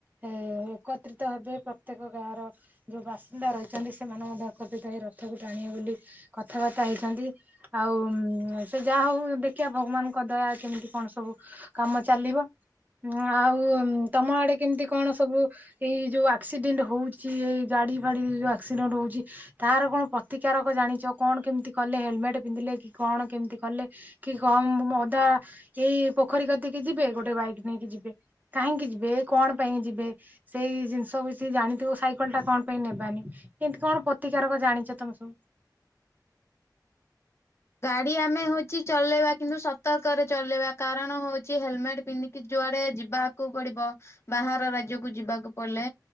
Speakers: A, on the right (about 25°); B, on the left (about 35°).
A: ଏ ଏକତ୍ରିତ ହେବେ ପ୍ରତ୍ୟେକ ଗାଁ ର ଯୋଉ ବାସିନ୍ଦା ରହିଛନ୍ତି ସେମାନେ ମଧ୍ୟ ଏକତ୍ରିତ ହୋଇ ରଥକୁ ଟାଣିବେ ବୋଲି କଥାବାର୍ତ୍ତା ହେଇଛନ୍ତି ଆଉ ସେ ଯାହା ହଉ ଦେଖିବା ଭଗବାନଙ୍କ ଦୟା କେମିତି କଣ ସବୁ କାମ ଚାଲିବ। ହଁ ଆଉ ତମ ଆଡ଼େ କେମିତି କଣ ସବୁ ଏଇ ଯୋଉ ଆକ୍ସିଡେଣ୍ଟ୍ ହଉଛି ଏଇ ଗାଡ଼ି ଫାଡ଼ି ଯୋଉ ଆକ୍ସିଡେଣ୍ଟ ହଉଛି ତାର କଣ ପ୍ରତିକାରକ ଜାଣିଛ କଣ କେମିତି କଲେ ହେଲମେଟ୍ ପିନ୍ଧିଲେ କି କଣ କେମିତି କଲେ କି କଣ ମଦା ଏଇ ପୋଖରୀ କତିକି ଯିବେ ଗୋଟେ ବାଇକ୍ ନେଇକି ଯିବେ କାହିଁକି ଯିବେ କଣ ପାଇଁ ଯିବେ ସେଇ ଜିନିଷ <unintelligible> ଜାଣିଥିବ ସାଇକେଲ ଟା କଣ ପାଇଁ ନେବାନି କେମତି କଣ ପ୍ରତିକାରକ ଜାଣିଛ ତମେ ସବୁ? <inaudible>
B: ଗାଡ଼ି ଆମେ ହଉଛି ଚଲେଇବା କିନ୍ତୁ ସତର୍କରେ ଚଲେଇବା କାରଣ ହଉଛି ହେଲମେଟ ପିନ୍ଧିକି ଜୋ ଜୁଆଡେ ଯିବାକୁ ପଡ଼ିବ ବାହାର ରାଜ୍ୟକୁୁ ଯିବାକୁ ପଡିଲେ